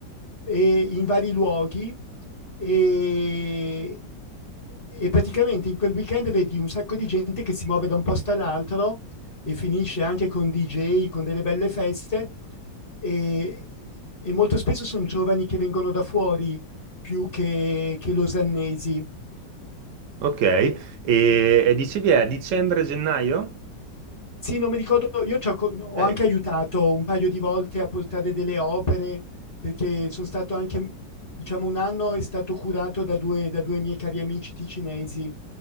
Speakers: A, on the left; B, on the right.
A: e in vari luoghi e, e praticamente in quel weekend vedi un sacco di gente che si muove da un posto all'altro e finisce anche con DJ, con delle belle feste e, e molto spesso sono giovani che vengono da fuori più che, che losannesi.
B: Ok, e, e dicevi è dicembre-gennaio?
A: Sì, non mi ricordo, io ho
B: Eh,
A: anche aiutato un paio di volte a portare delle opere perché sono stato anche, diciamo, un anno è stato curato da due, da due miei cari amici ticinesi,